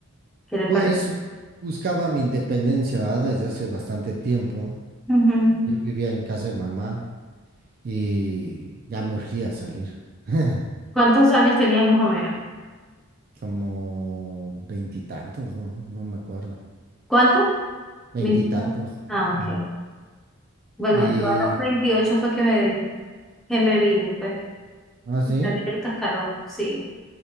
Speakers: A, in the centre; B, on the right.
A: ¿Qué te
B: Pues
A: parece?
B: buscaba mi independencia, ¿verdad? Desde hace bastante tiempo.
A: Ujú.
B: Yo vivía en casa de mamá y ya me urgía salir. <laughs>
A: ¿Cuántos años tenías más o menos?
B: Como veintitantos, ¿no? No me acuerdo.
A: ¿Cuánto?
B: Veintitantos.
A: 20 Ah,
B: Ujú.
A: ok. Bueno,
B: Y,
A: yo a los 28 fue que me, que me vino, pues.
B: ¿ah, sí?
A: me Salí el cascarón, sí.